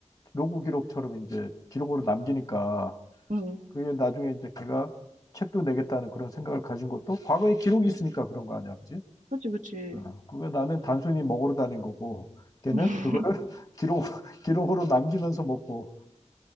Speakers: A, on the left; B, on the right.
A: 로그 기록처럼 이제 기록으로 남기니까
B: 응,
A: 그게 나중에 이제 걔가 책도 내겠다는 그런 생각을 가진 것도 과거에 기록이
B: 응.
A: 있으니까 그런 거 아니야, 그지?
B: 그치, 그치.
A: 아, 그게 나는 단순히 먹으러 다닌 거고, 걔는
B: <laughs>
A: 그거를 <laughs> 기록, 기록으로 남기면서 먹고.